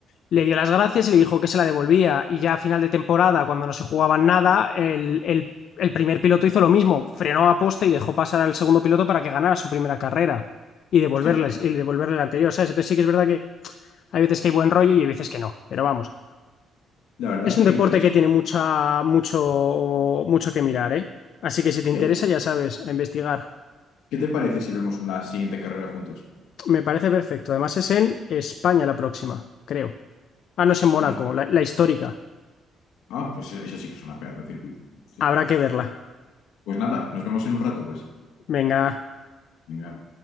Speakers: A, on the left (about 70°); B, on the left (about 90°).
A: Le dio las gracias y le dijo que se la devolvía. Y ya a final de temporada, cuando no se jugaban nada, el, el- el primer piloto hizo lo mismo, frenó a posta y dejó pasar al segundo piloto para que ganara su primera carrera y devolverles,
B: Sí, a ver.
A: y devolverle la anterior, ¿sabes? Entonces sí que es verdad que hay veces que hay buen rollo y hay veces que no, pero vamos.
B: La verdad
A: Es
B: es que
A: un deporte
B: me interesa.
A: que tiene mucha, mucho, mucho que mirar, ¿eh? Así que si te interesa,
B: Eh,
A: ya sabes, a investigar.
B: ¿Qué te parece si vemos la siguiente carrera juntos?
A: Me parece perfecto. Además, es en España la próxima, creo. Ah, no,
B: S-
A: es en Mónaco,
B: nos-
A: la, la histórica.
B: Ah, pues eso sí que es una pedazo de circuito. Sí.
A: Habrá que verla.
B: Pues nada, nos vemos en un rato, pues.
A: Venga.
B: Venga.